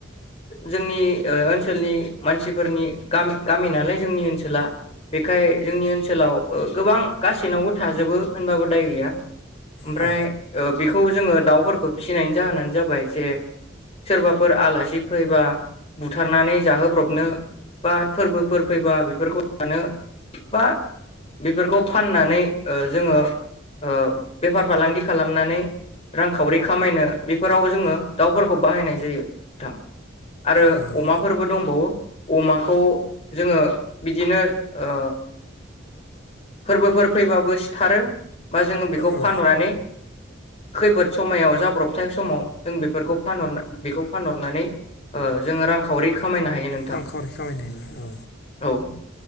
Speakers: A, on the left; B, on the left.
A: जोंनि ओ ओनसोलनि मानसिफोरनि गा-गामि नालाय जोंनि ओनसोला बेखाय जोंनि ओनसोलाव गोबां गासैनावबो थाजोबो होनबाबो दाय गैया। ओमफ्राय‌
B: औ
A: ओ बेखौ जोङो दाउफोरखौ फिसिनायनि जाहोनानो जाबाय जे सोरबाफोर आलासि फैबा बुथारनानै जाहोब्रबनो बा फोरबोफोर फैबा बेफोरखौ जानो बा बेफोरखौ फाननानै ओ जोङो ओ बेफार फालांगि खालामनानै रांखावरि खामायनो बेफोराव जोङो दाउफोरखौ बाहायनाय जायो नोंथां। आरो
B: नंगौ
A: अमाफोरबो दंबावो। अमाखौ जोङो बिदिनो ओ फोरबोफोर फैबाबो सिथारो बा जोङो बेखौ
B: औ
A: फानहरनानै खैफोद समायाव जाब्रबथाय समाव जों बेफोरखौ फानहर बेखौ फानहरनानै ओ जोङो रांखावरि खामायनो हायो नोंथां
B: रांखावरि खामायनायनि औ
A: औ